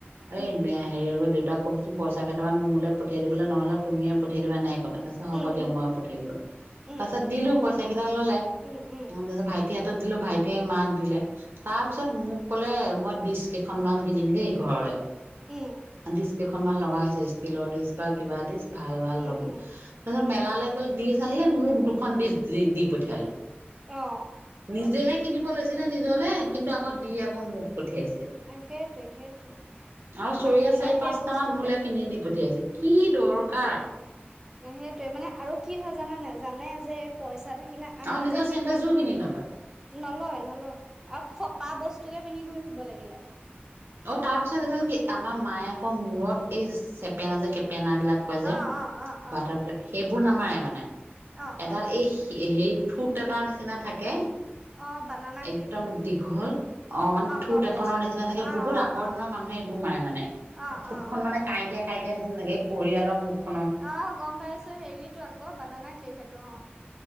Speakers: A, on the right; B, on the right.
A: এ
B: উম
A: হেৰি লগত দেউতাক কব পইচা কেইটামান মোলে পঠিয়াই দিবলৈ নহ'লে তুমিয়ে পঠিয়াই দিব নাই কলে। হ'ব
B: উম
A: দিয়া মই পঠাই দিলোঁ
B: উম
A: তাৰ পিছত দিলোঁ পইচা কেইটা ললে
B: উম উম
A: তাৰ ভাই ভি হাতত দিলো ভাইটিয়ে মাক দিলে তাৰপিছত
B: উম উম
A: মোক কলে মই দিশ কেইখনমান কিনিম দেই ঘৰলে।
B: উম।
A: ডিচ কেইখনমান লগা হৈছে, ষ্টীলৰ ডিচ বা কিবা ডিচ ভাল, ভাল
B: উম
A: লব।
B: উম
A: তাৰপিছত
B: উম
A: মেলালৈ গ'ল দি আনিলে মোক দুখন ডিছ দি দি পঠিয়ালে।
B: অ'।
A: নিজেহে কিনিব লৈছিলে নিজলে, কিন্তু আকৌ দি আকৌ মখ পঠিয়াইছিল।
B: অ সেইটোৱে সেইটোৱে
A: আৰু চৰিয়া
B: মাক বিলাক
A: চাৰি
B: সেই
A: পাঁচটা
B: বস্তুটোৱে
A: মান মূলে কিনি দি পঠিয়াইছে। কি দৰকাৰ।
B: সেইটোৱে মানে আৰু কি হয় জানানে জানে যে পইচা থাকিলে আমি
A: আৰু নিজৰ
B: যে সেই
A: চেন্দেলযোৰ
B: বস্তুটো
A: কিনি নলয়
B: নলয়, নলয় আৰু ফটা বস্তুকে পিন্ধি ঘুৰি ফিব লাগিলে।
A: অ', তাৰ পিছত এডাল কি আমাৰ মায়ে আকৌ মূৰত এই চেপেনা যে কেপেনা বিলাক কয় যে
B: অ অ অ
A: বাটাৰফ্লাই
B: অ
A: সেইবোৰ নামাৰে মানে
B: অ
A: এডাল
B: অ
A: এই সেই ঠোঁট এটা নিচিনা থাকে।
B: অ বানানা
A: একদম
B: ক্লিপটো
A: দীঘল অ', মানে ঠোঁট
B: গম
A: এখনৰ
B: পাইছো
A: নিচিনা থাকে
B: অ
A: বহুত বহুত
B: অ
A: আগৰ
B: অ
A: দিনৰ মানুহে এইবোৰ মানে
B: অ
A: থোপখন
B: অ
A: মানে কাইটিয়াই কাইটিয়া নিচিনা থাকে এই ঘৰিয়ালৰ মুখখন।
B: অ', গম পাইছো হেৰিতো আকৌ বানানা কিলিপ সেইটো অ'।